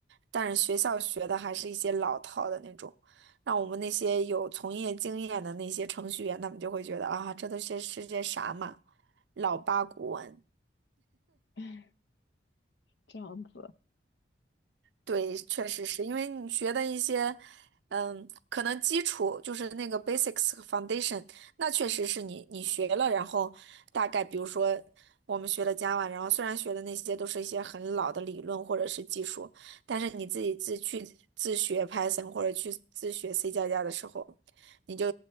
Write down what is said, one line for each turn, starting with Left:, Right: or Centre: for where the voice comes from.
Right: 但是学校学的还是一些老套的那种，让我们那些有从业经验的那些程序员，他们就会觉得啊，这都是是些啥嘛，老八股文。
Left: <laughs> 这样子，
Right: 对，确实是因为你学的一些，嗯，可能基础就是那个 basics 和 foundation，那确实是你你学了，然后大概比如说我们学了 Java，然后虽然学的那些都是一些很老的理论或者是技术，但是你自己自去自学 Python 或者去自学 C 加加的时候，你就